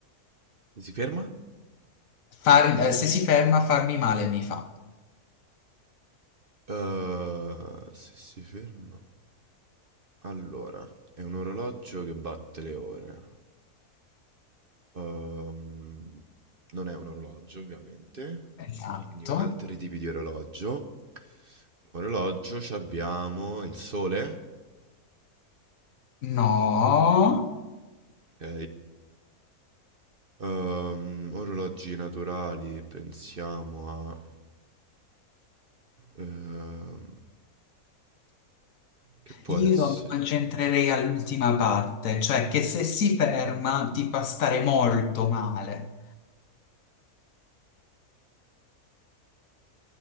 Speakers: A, on the right; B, on the left.
A: Se Si ferma?
B: Far- eh, se si ferma farmi male mi fa.
A: Eh, se si ferma... Allora, è un orologio che batte le ore. Ehm, non è un orologio, ovviamente.
B: Esatto.
A: Quindi altri tipi di orologio. Orologio, ci abbiamo il sole,
B: No,
A: ok? Ehm, orologi naturali, pensiamo a... ehm, che può
B: io
A: essere?
B: mi concentrerei all'ultima parte, cioè che se si ferma ti fa stare molto male,